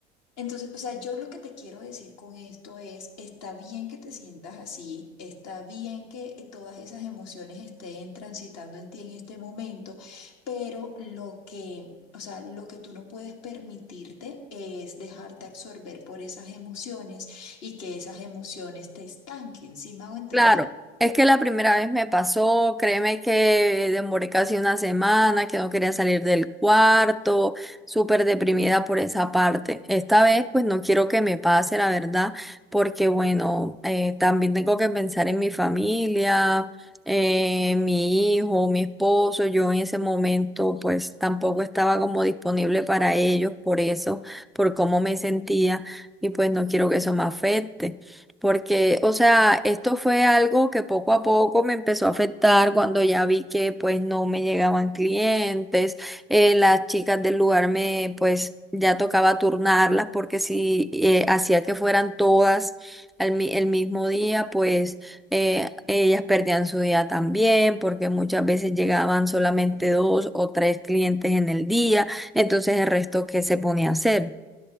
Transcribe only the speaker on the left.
Entonces, o sea, yo lo que te quiero decir con esto es, está bien que te sientas así, está bien que todas esas emociones estén transitando en ti en este momento, pero lo que, o sea, lo que tú no puedes permitirte es dejarte absorber por esas emociones y que esas emociones te estanquen. ¿Sí me hago entender?